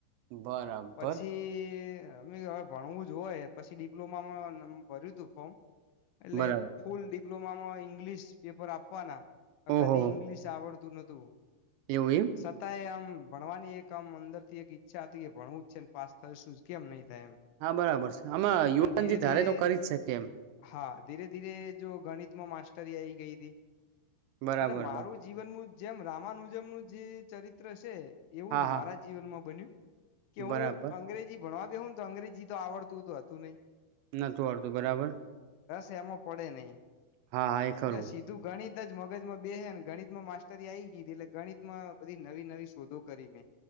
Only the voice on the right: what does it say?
એમ બરાબર
બરાબર
ઓહો
એવું એમ
હા બરાબર છે આમાં યુવાનજી
ધારે
તો કરી જ શકે એમ
બરાબર
બરાબર
હા
હા
બરાબર
નતું વાડતું બરાબર.
હા હા એ ખું.